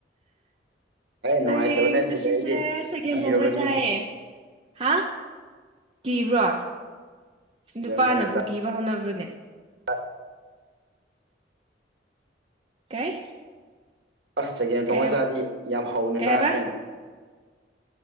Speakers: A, on the right; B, on the right.
A: ꯅꯨꯡꯉꯥꯏꯇꯕ
B: ꯑꯩ
A: ꯅꯠꯇꯦꯗ
B: ꯉꯁꯤꯁꯦ
A: ꯑꯩꯗꯤ
B: ꯆꯥꯒꯦꯝꯄꯣꯝꯕ
A: ꯀꯤꯔꯕꯅꯤꯅꯦ
B: ꯆꯥꯏꯌꯦ ꯍꯥ ꯀꯤꯕ꯭ꯔꯣ
A: ꯆꯒꯦꯝ
B: ꯅꯨꯄꯥꯅꯕꯨ
A: ꯊꯣꯡꯕ ꯆꯥ
B: ꯀꯤꯕ ꯍꯧꯅꯕ꯭ꯔꯣꯅꯦ
A: <unintelligible>
B: ꯀꯩ
A: ꯑꯁ ꯆꯥꯒꯦꯟ
B: ꯀꯩ
A: ꯊꯣꯡꯉ
B: ꯍꯥꯏꯕ
A: ꯆꯥꯗꯤ ꯌꯥꯝ ꯍꯧꯅ
B: ꯀꯩ
A: ꯆꯥꯈ꯭ꯔꯅꯦ
B: ꯍꯥꯏꯕ